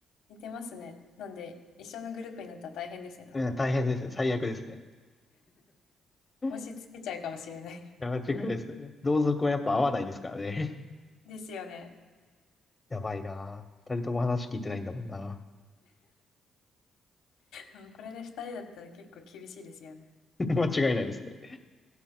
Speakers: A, on the left (about 80°); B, on the left (about 25°).
A: 似てますね。なんで、一緒のグループになったら大変ですね、多分。
B: うん、大変ですね。最悪ですね。い
A: 押し付けちゃうかもしれない
B: や、間違いないですね。同族はやっぱ合わないですからね。<laughs>
A: <laughs> ですよね。
B: やばいなー。二人とも話聞いてないんだもんな。
A: うんこれで2人だったら結構厳しいですよね。
B: <laughs> 間違いないですね。